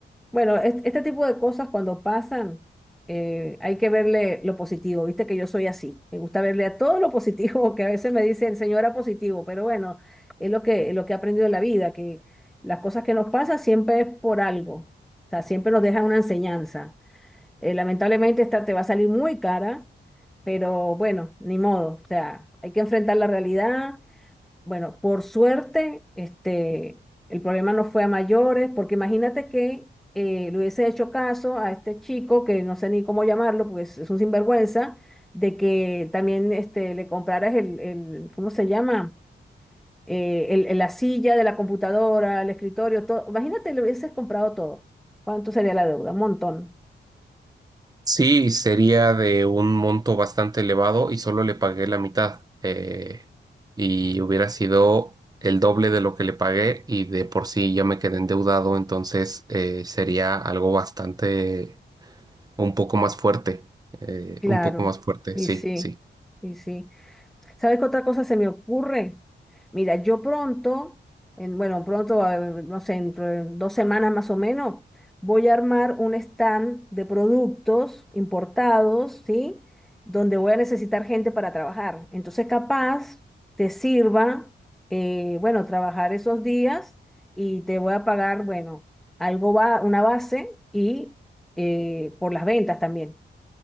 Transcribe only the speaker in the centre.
Bueno, est- este, tipo de cosas cuando pasan, eh, hay que verle lo positivo. Viste que yo soy así. Me gusta verle a todo lo positivo, <laughs> que a veces me dicen, señora positivo, pero bueno, es lo que, es lo que he aprendido en la vida, que las cosas que nos pasan siempre es por algo. O sea, siempre nos dejan una enseñanza. Eh, lamentablemente esta te va a salir muy cara, pero bueno, ni modo. O sea, hay que enfrentar la realidad, bueno, por suerte, este, el problema no fue a mayores, porque imagínate que eh, le hubiese hecho caso a este chico, que no sé ni cómo llamarlo, porque es, es un sinvergüenza, de que también este, le compraras el, el- ¿cómo se llama? Eh, el- el- la silla de la computadora, el escritorio, todo. Imagínate, le hubieses comprado todo. ¿Cuánto sería la deuda? Un montón.
Claro.
Y
sí,
y sí. ¿Sabes qué otra cosa se me ocurre? Mira, yo pronto, en- bueno, pronto, eh, no sé, dentro de dos semanas más o menos, voy a armar un stand de productos importados, ¿sí? Donde voy a necesitar gente para trabajar. Entonces, capaz te sirva, eh, bueno, trabajar esos días y te voy a pagar, bueno, algo va, una base y eh, por las ventas también.